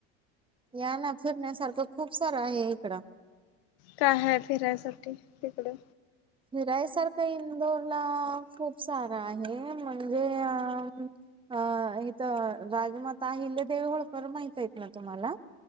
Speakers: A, on the right; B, on the left.
A: या ना फिरण्यासारखं खूप सारं आहे. इकडं
B: काय हाय फिरायसाठी तिकडे
A: फिरायसारखं इंदोरला खूप सारा आहे म्हणजे अ अं इथं राजमाता अहिल्यदेेव होळकर माहित येत ना तुम्हाला